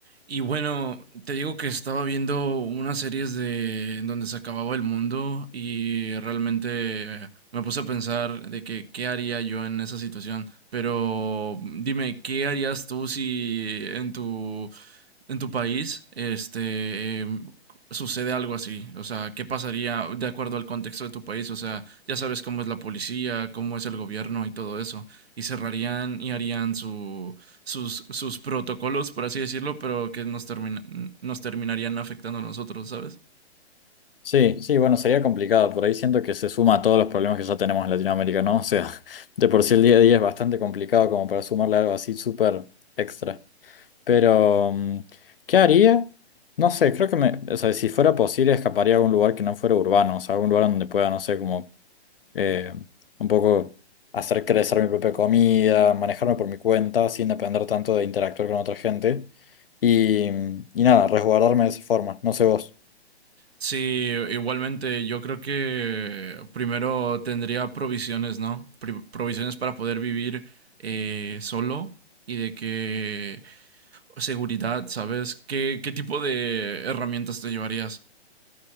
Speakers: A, on the right; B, on the left.
A: Y bueno, te digo que estaba viendo unas series de en donde se acababa el mundo y realmente eh, me puse a pensar de que qué haría yo en esa situación. Pero dime, ¿qué harías tú si en tu en tu país, este, eh, sucede algo así? O sea, ¿qué pasaría de acuerdo al contexto de tu país? O sea, ya sabes cómo es la policía, cómo es el gobierno y todo eso. Y cerrarían y harían su, sus, sus protocolos, por así decirlo, pero que nos, termina, nos terminarían afectando a nosotros, ¿sabes?
B: Sí, sí, bueno, sería complicado. Por ahí siento que se suma a todos los problemas que ya tenemos en Latinoamérica, ¿no? O sea, <laughs> de por sí el día a día es bastante complicado como para sumarle algo así súper extra. Pero, mm, ¿qué haría? No sé, creo que me, o sea, si fuera posible, escaparía a algún lugar que no fuera urbano, o sea, algún lugar donde pueda, no sé, como eh, un poco hacer crecer mi propia comida, manejarme por mi cuenta, sin depender tanto de interactuar con otra gente. Y, y nada, resguardarme de esa forma. No sé vos.
A: Sí, igualmente, yo creo que primero tendría provisiones, ¿no? Pri- provisiones para poder vivir eh, solo y de que seguridad, ¿sabes? ¿Qué, qué tipo de herramientas te llevarías?